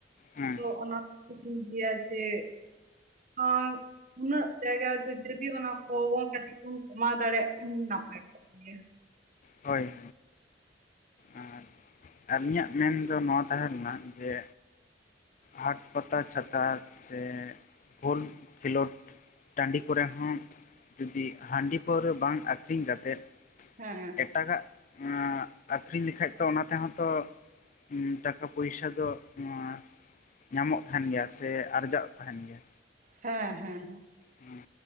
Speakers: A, on the left; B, on the right.
A: ᱦᱮᱸ
B: ᱛᱚ ᱚᱱᱟᱤᱧ ᱟᱹᱭᱟ ᱡᱮ ᱦᱟᱸ ᱩᱱᱟᱹᱜ ᱡᱟᱭᱜᱟ ᱫᱚ ᱡᱩᱚᱫᱤ ᱚᱱᱟ ᱠᱚᱦᱚᱵᱚᱱ ᱠᱟᱹᱴᱤᱡ ᱵᱚᱱ ᱠᱚᱢᱟᱣ ᱫᱟᱲᱮᱭᱟᱜ ᱠᱷᱟᱱ ᱱᱟᱯᱟᱭ ᱠᱚᱜ ᱜᱮᱭᱟ
A: ᱦᱳᱭ ᱦᱳᱭ᱾ ᱟᱨ
B: ᱦᱮᱸ᱾
A: ᱟᱹᱞᱤᱧᱟᱜ ᱢᱮᱱ ᱫᱚ ᱱᱚᱣᱟ ᱛᱟᱦᱮᱸ ᱞᱮᱱᱟ ᱡᱮ ᱦᱟᱴ ᱯᱟᱛᱟ ᱪᱷᱟᱛᱟ ᱥᱮ ᱵᱷᱳᱞ ᱠᱷᱮᱞᱳᱰ ᱴᱟᱺᱰᱤ ᱠᱚᱨᱮ ᱦᱚᱸ ᱡᱩᱫᱤ ᱦᱟᱺᱰᱤ ᱯᱟᱹᱣᱨᱟᱹ ᱵᱟᱝ ᱟᱠᱷᱨᱤᱧ ᱠᱟᱛᱮᱫ
B: ᱦᱮᱸ
A: ᱮᱴᱟᱜᱟᱜ ᱟᱸᱜ ᱟᱠᱷᱨᱤᱧ ᱞᱮᱠᱷᱟᱡ ᱛᱚ ᱚᱱᱟ ᱛᱮᱦᱚᱸ ᱛᱚ ᱩᱸ ᱴᱟᱠᱟ ᱯᱚᱭᱥᱟ ᱫᱚ ᱱᱚᱣᱟ ᱧᱟᱢᱚᱜ ᱛᱟᱦᱮᱱ ᱜᱮᱭᱟ ᱥᱮ ᱟᱨᱡᱟᱜᱚᱜ ᱛᱟᱦᱮᱱ ᱜᱮᱭᱟ᱾
B: ᱦᱮᱸ ᱦᱮᱸ ᱦᱮᱸ᱾
A: ᱦᱮᱸ